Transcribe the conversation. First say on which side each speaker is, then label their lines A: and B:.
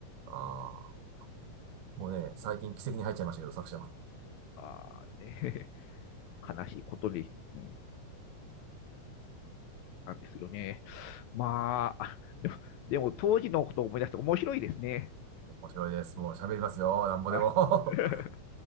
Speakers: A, on the right; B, on the left.
A: ああ、もうね、最近奇跡に入っちゃいましたけど、作者も。
B: あーね、<laughs> 悲しいことに、うん、なんですよね。まあ、でも、でも当時のことを思い出して面白いですね。
A: 面白いです。もう喋りますよ。なんぼでも。
B: はい。<laughs>